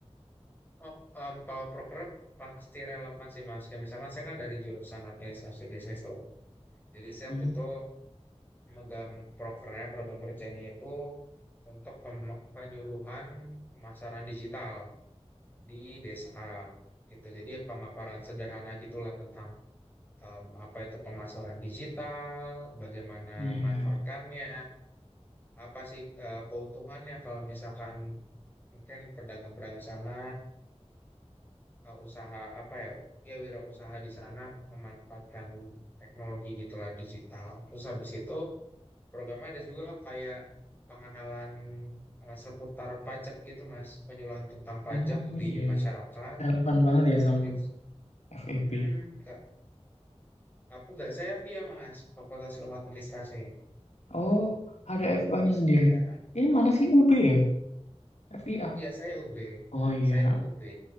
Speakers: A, on the left; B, on the left.
A: Oh, em, kalau proker pasti relevan sih Mas. Kayak misalkan saya kan dari jurusan administrasi bisnis tuh. Jadi saya
B: Hmm.
A: waktu itu megang prokernya, program kerjanya itu untuk pem- penyuluhan pemasaran digital di desa gitu. Jadi pemaparan sederhana gitulah tentang em, apa itu pemasaran digital, bagaimana
B: Iya, iya.
A: manfaatkannya, apa sih eh, keuntungannya kalau misalkan mungkin pedagang-pedagang sana eh, usaha apa ya ya wirausaha di sana memanfaatkan teknologi gitulah digital. Terus habis itu programnya ada juga kayak pengenalan eh, seputar pajak gitu mas penyuluhan tentang pajak
B: Oh,
A: di
B: iya,
A: masyarakat
B: iya. Relevan banget
A: karena
B: ya sama
A: di jurus
B: FEB.
A: Mm-mm, Kak. aku nggak saya via mas Fakultas Ilmu Administrasi
B: Oh, ada FIA-nya sendiri.
A: ya
B: Ini mana sih UB ya? FIA.
A: iya saya UB
B: Oh iya,
A: saya UB